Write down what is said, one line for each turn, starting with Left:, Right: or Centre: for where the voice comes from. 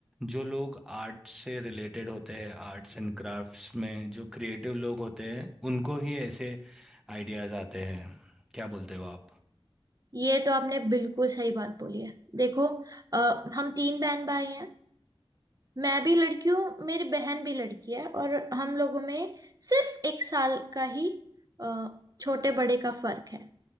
Centre: जो लोग आर्ट से रिलेटेड होते हैं आर्ट्स एंड क्राफ्ट्स में जो क्रिएटिव लोग होते हैं उनको ही ऐसे आइडियाज आते हैं क्या बोलते हो आप
Right: ये तो आपने बिल्कुल सही बात बोली है देखो अ, हम तीन बहन भाई हैं मैं भी लड़की हूँ मेरी बहन भी लड़की है और हम लोगों में सिर्फ एक साल का ही अ, छोटे बड़े का फर्क है